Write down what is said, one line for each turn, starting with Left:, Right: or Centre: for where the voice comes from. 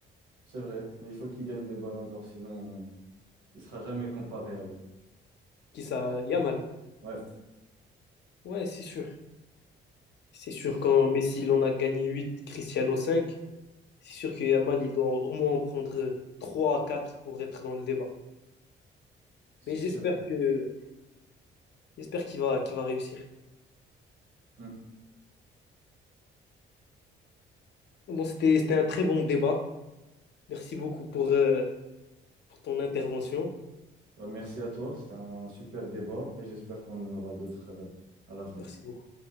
Right: C'est vrai, mais il faut qu'il gagne des ballons d'or, sinon il sera jamais comparé à eux.
Left: Qui ça? Yamal.
Right: Ouais,
Left: Ouais, c'est sûr. C'est sûr,
Right: c'est
Left: quand Messi, il en a gagné huit Cristiano cinq c'est sûr que Yamal, il doit au moins en prendre trois, à 4 pour être dans le débat.
Right: c'est
Left: Mais j'espère
Right: sûr.
Left: que j'espère qu'il va, qu'il va réussir.
Right: Mm.
Left: Bon, c'était, c'était un très bon débat. Merci beaucoup pour, euh, pour ton intervention.
Right: Bah, merci à toi, c'était un super débat et j'espère qu'on en aura d'autres euh, à l'avenir.
Left: Merci beaucoup.